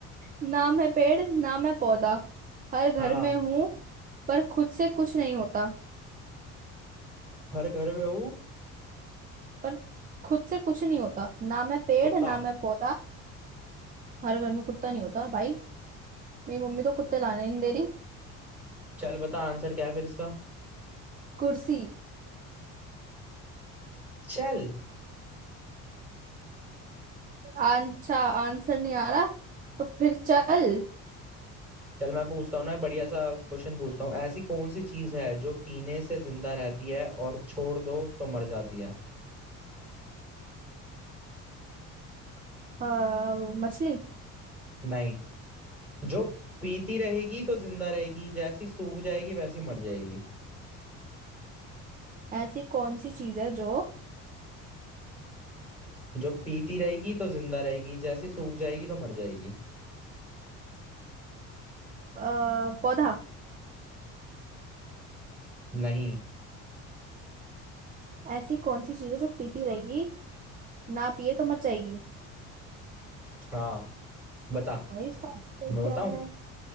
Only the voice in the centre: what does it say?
हाँ
हर घर में हूँ
कुत्ता
चल बता आंसर क्या है फिर इसका
चल
चल मैं पूछता हूँ ना एक बढ़िया सा क्वेश्चन पूछता हूँ ऐसी कौन सी चीज है जो पीने से जिंदा रहती है और छोड़ दो तो मर जाती है
नहीं जो पीती रहेगी तो जिंदा रहेगी जैसी सूख जाएगी वैसी मर जाएगी
जो पीती रहेगी तो जिंदा रहेगी जैसी सूख जाएगी तो मर जाएगी
नहीं
हाँ बता
मैं
बताऊं